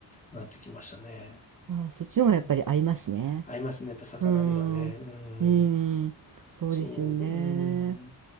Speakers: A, on the left; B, on the right.
A: なってきましたね。
B: ああ、そっちの方がやっぱり合いますね。
A: うん合いますね、やっぱ魚にはね。
B: うーん。うーん。
A: うん。
B: そうですよね。
A: そう、うん。